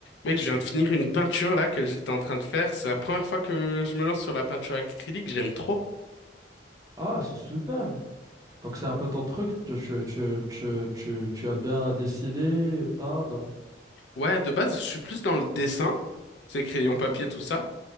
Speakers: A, on the left; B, on the right.
A: Mec, je viens de finir une peinture là que j'étais en train de faire. C'est la première fois que je me lance sur la peinture acrylique, j'aime trop.
B: Ah, c'est super. Donc c'est un peu ton truc, tu, tu, tu, tu, tu, tu as bien dessiné, peindre.
A: Ouais, de base, je suis plus dans le dessin, c'est crayon
B: Ok.
A: papier, tout ça.